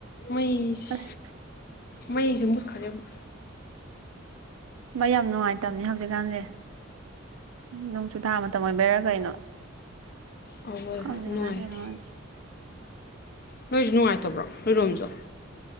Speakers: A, on the left (about 50°); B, on the right (about 80°).
A: ꯃꯩꯁꯤ
B: ꯑꯁ
A: ꯃꯩꯁꯦ ꯃꯨꯠꯈ꯭ꯔꯦ ꯑꯃꯨꯛ
B: ꯃꯩ ꯌꯥꯝ ꯅꯨꯡꯉꯥꯏꯇꯕꯅꯤ ꯍꯧꯖꯤꯛꯀꯥꯟꯁꯦ ꯅꯣꯡꯆꯨ ꯊꯥ ꯃꯇꯝ ꯑꯣꯏꯕꯩꯔꯥ ꯀꯩꯅꯣ
A: ꯑꯥ ꯍꯣꯏ
B: ꯈꯪꯗꯦ ꯀꯃꯥꯏꯅ
A: ꯅꯨꯡꯉꯥꯏꯇꯦ
B: ꯇꯧꯔꯤꯅꯣ ꯈꯪꯗꯦ
A: ꯅꯣꯏꯁꯨ ꯅꯨꯡꯉꯥꯏꯇꯕ꯭ꯔꯣ ꯅꯣꯢꯔꯣꯝꯖꯨ